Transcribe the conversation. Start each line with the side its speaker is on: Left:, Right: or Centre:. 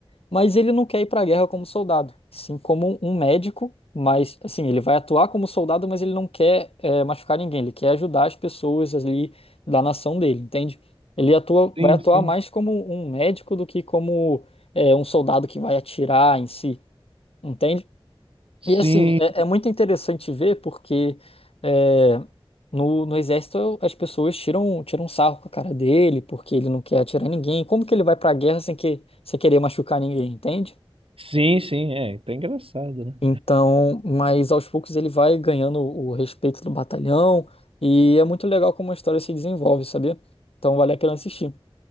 Left: mas ele não quer ir para a guerra como soldado, sim como um médico, mas assim, ele vai atuar como soldado, mas ele não quer eh, machucar ninguém, ele quer ajudar as pessoas ali da nação dele, entende? Ele atua,
Right: sim,
Left: vai atuar
Right: sim.
Left: mais como um médico do que como eh, um soldado que vai atirar em si, entende?
Right: Sim,
Left: E assim, é, é muito interessante ver porque é, no, no exército as pessoas tiram, tiram um sarro com a cara dele porque ele não quer atirar ninguém. Como que ele vai pra guerra sem, que, sem querer machucar ninguém, entende?
Right: sim, sim, é, tá engraçado, né?
Left: Então, mas aos poucos ele vai ganhando o respeito do batalhão e é muito legal como a história se desenvolve, sabia? Então vale a pena assistir.